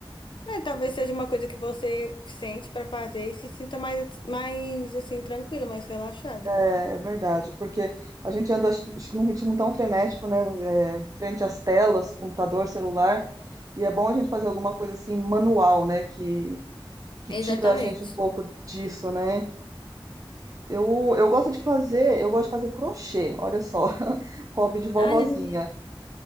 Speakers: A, on the left; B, on the right.
A: É, talvez seja uma coisa que você sente pra fazer e se sinta mais, mais assim, tranquila, mais relaxada.
B: É, é verdade, porque a gente anda acho, acho que num ritmo tão frenético, né? é, frente às telas, computador, celular. E é bom a gente fazer alguma coisa assim manual, né? Que, que
A: Exatamente.
B: tira a gente um pouco disso, né? Eu, eu gosto de fazer, eu gosto de fazer crochê, olha só, <laughs> hobby de vovozinha.
A: Ai, a minha,